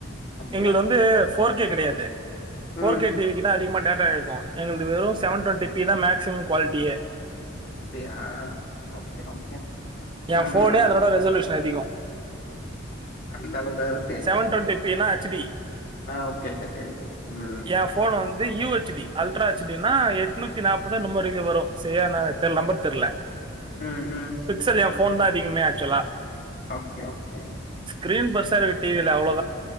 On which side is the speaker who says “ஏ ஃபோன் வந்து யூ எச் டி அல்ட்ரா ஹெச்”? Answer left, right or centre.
Right